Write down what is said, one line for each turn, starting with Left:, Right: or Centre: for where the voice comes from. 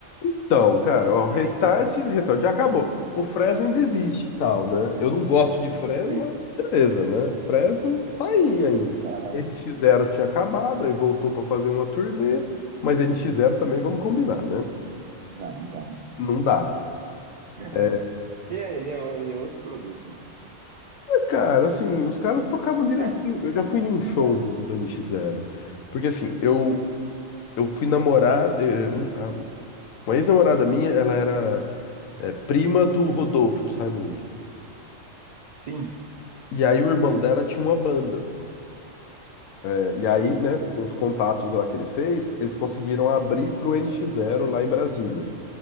Left: Então, cara,
Right: <laughs> Sim.
Left: ó, Restart, Restart já acabou. O Fresno ainda existe e tal, né? Eu não gosto de Fresno,
Right: Sim.
Left: mas beleza, né? Fresno tá aí ainda.
Right: Aham.
Left: N X Zero tinha acabado, aí voltou pra fazer uma turnê, mas N X Zero também, vamos combinar, né?
Right: Ah, não dá, né?
Left: Não dá.
Right: <laughs>
Left: É,
Right: Que é- ele é, o- ele é outro produto. mano.
Left: Cara, assim, os caras tocavam direitinho.
Right: Ah, é difícil
Left: Eu
Right: falar.
Left: já fui num show
Right: É.
Left: do, do N X Zero, Porque, assim, eu, eu fui namorar. eh, um- a- uma ex-namorada minha, ela era eh, prima do Rodolfo, dos Raimundos.
Right: Sim.
Left: E aí o irmão dela tinha uma banda. É, E aí, né, com os contatos lá que ele fez, eles conseguiram abrir pro NX0 lá em Brasília.